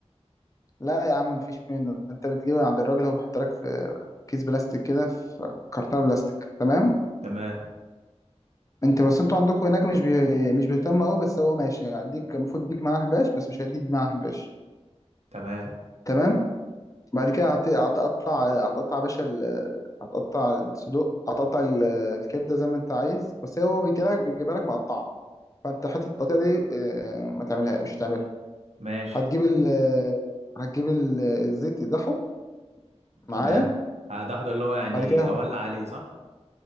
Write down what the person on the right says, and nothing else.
تمام
تمام
ماشي
تمام آه، ده هو ده اللي هو يعني
اولع عليه صح